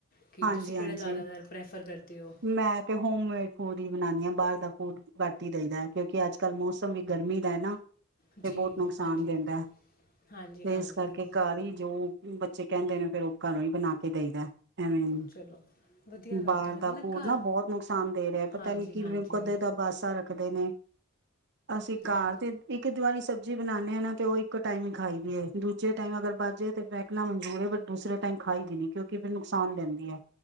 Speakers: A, on the left; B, on the right.
A: ਕਿ
B: ਹਾਂਜੀ
A: ਤੁਸੀਂ ਕਿਹੜਾ
B: ਹਾਂਜੀ
A: ਜ਼ਿਆਦਾਤਰ ਪ੍ਰੈਫਰ ਕਰਦੇ ਹੋ
B: ਮੈਂ ਤੇ ਹੋਮ ਮੇਡ ਫੂਡ ਹੀ ਬ ਬਾਹਰ ਦਾ ਫੂਡ ਘੱਟ ਹੀ ਰਹਿੰਦਾ ਹੈ ਕਿਉਂਕਿ ਅੱਜ ਕੱਲ੍ਹ ਮੌਸਮ ਵੀ ਗਰਮੀ ਦਾ ਹੈ ਨਾ
A: ਜੀ
B: ਤੇ ਬਹੁਤ ਨੁਕਸਾਨ
A: ਜੀ ਹਾਂਜੀ
B: ਦਿੰਦਾ ਹੈ
A: ਹਾਂਜੀ
B: ਤੇ
A: ਹਾਂਜੀ
B: ਇਸ ਕਰਕੇ ਘਰ ਹੀ ਜੋ ਬੱਚੇ ਕਹਿੰਦੇ ਨੇ ਫੇਰ ਉਹ ਘਰੋਂ ਹੀ ਬਣਾ ਕੇ ਦੇਈ ਦਾ ਐਵੇਂ
A: ਚਲੋ ਵਧੀਆ ਕਰਦੇ
B: ਬਾਹਰ
A: ਹੋ ਹੈ
B: ਦਾ ਫੂਡ
A: ਘਰ
B: ਨਾ ਬਹੁਤ ਨੁਕਸਾਨ ਦੇ ਰਿਹਾ ਪਤਾ
A: ਹਾਂਜੀ
B: ਨੀ ਕਿਵੇਂ
A: ਹਾਂਜੀ
B: ਕਦੇ ਦਾ ਬਾਸਾ ਰੱਖ ਦੇ ਨੇ ਅਸੀਂ ਘਰ
A: ਹਾਂ
B: ਤੇ ਇੱਕ ਦੀਵਾਰੀ ਸਬਜ਼ੀ ਬਣਾਉਂਦੇ ਆ ਨਾ ਤੇ ਉਹ ਇੱਕ ਟਾਈਮ ਹੀ ਖਾਈ ਦੀ ਏ ਦੂਜੇ ਟਾਈਮ ਅਗਰ ਬਜੇ ਤੇ ਫਹਿਕਣਾ ਮਨਜੂਰ ਹੈ ਬਟ ਦੂਸਰੇ ਟਾਈਮ ਖਾਈ ਵੀ ਨੀ ਕਿਉਂਕਿ ਮੈਨੂੰ ਨਕਸਾਨ ਦਿੰਦੀ ਹੈ